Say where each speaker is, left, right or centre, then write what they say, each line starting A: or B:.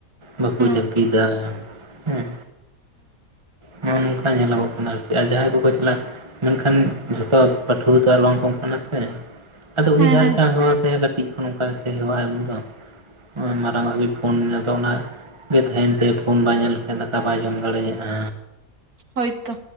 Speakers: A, on the right; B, on the right.
A: ᱵᱟᱠᱚ
B: ᱦᱩᱸ
A: ᱡᱟᱹᱯᱤᱫᱟ᱾ ᱦᱮᱸ, ᱱᱚᱜ-ᱚ ᱱᱚᱝᱠᱟ ᱧᱮᱞᱚᱜᱚᱜ ᱠᱟᱱᱟ ᱟᱨᱠᱤ᱾ ᱟᱨ ᱡᱟᱦᱟᱸᱭ ᱠᱚᱠᱚ ᱪᱟᱞᱟᱜ ᱢᱮᱱᱠᱷᱟᱱ ᱡᱷᱚᱛᱚ ᱯᱟᱹᱴᱷᱩᱣᱟᱹ ᱛᱚ ᱟᱨ ᱵᱟᱝᱠᱚ ᱚᱱᱠᱟᱱᱟ ᱥᱮ᱾ ᱟᱫᱚ ᱩᱱᱤ
B: ᱦᱮᱸ
A: ᱡᱟᱦᱟ
B: ᱦᱮᱸ
A: ᱞᱮᱠᱟ ᱦᱮᱣᱟ ᱠᱟᱭᱟ ᱠᱟᱹᱴᱤᱡ ᱠᱷᱚᱱ ᱚᱱᱠᱟ ᱜᱮ ᱥᱮ ᱦᱮᱣᱟᱜ ᱟᱭ ᱩᱱᱤ ᱫᱚ᱾ ᱢᱟᱨᱟᱝ ᱦᱟᱹᱵᱤᱡ ᱯᱷᱳᱱ ᱟᱫᱚ ᱱᱟᱜ, ᱜᱮ ᱛᱟᱦᱮᱱ ᱛᱮ ᱯᱷᱳᱱ ᱵᱟᱭ ᱧᱮᱞ ᱞᱮᱠᱷᱟᱡ ᱫᱟᱠᱟ ᱵᱟᱭ ᱡᱚᱢ ᱫᱟᱲᱮᱭᱟᱜᱼᱟ᱾
B: ᱦᱳᱭᱛᱚ